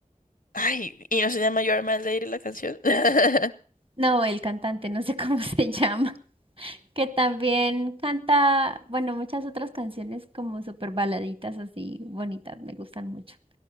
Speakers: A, on the left; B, on the right.
A: Ay, y no se llama Your My Lady la canción. <laughs>
B: No, el cantante, no sé cómo <laughs> se llama. Que también canta, bueno, muchas otras canciones como súper baladitas así bonitas, me gustan mucho.